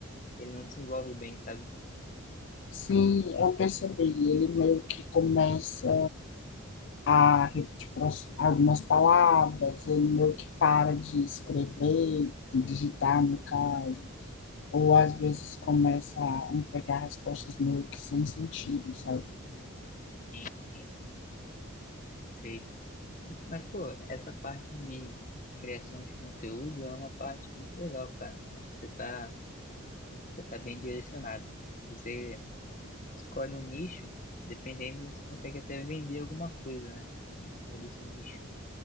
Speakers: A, on the left (about 40°); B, on the left (about 60°).
A: ele não desenvolve bem, sabe?
B: Sim, eu percebi. Ele meio que começa a repetir pras- algumas palavras, ele meio que para de escrever, de digitar, no caso, ou às vezes começa a entregar respostas meio que sem sentido, sabe?
A: Sim, sei. Mas, mas, pô, essa parte de criação de conteúdo é uma parte muito legal, cara. Acho que você tá, você tá bem direcionado. Se você escolhe um nicho, dependendo, você consegue até vender alguma coisa, né? Em cima desse nicho.